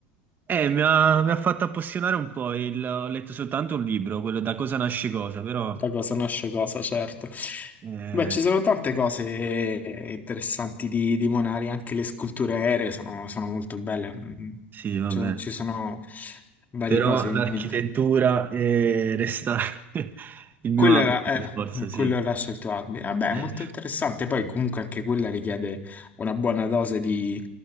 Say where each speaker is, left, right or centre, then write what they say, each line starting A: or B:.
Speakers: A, on the right; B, on the left.
A: eh, mi ha, mi ha fatto appassionare un po', il- ho letto soltanto un libro, quello Da cosa nasce cosa, però...
B: Da cosa nasce cosa, certo.
A: Eh,
B: Beh, ci sono tante cose interessanti di, di Monari, anche le sculture aeree sono, sono molto belle. Mm,
A: sì, vabbè.
B: ci ci sono varie
A: Però
B: cose. che
A: l'architettura
B: mi inter-
A: eh, resta <laughs> il mio
B: Quello
A: ambito,
B: era, eh,
A: per forza, sì.
B: quello era scelto Admi. Vabbè,
A: Eh,
B: è molto interessante. Poi comunque anche quella richiede una buona dose di,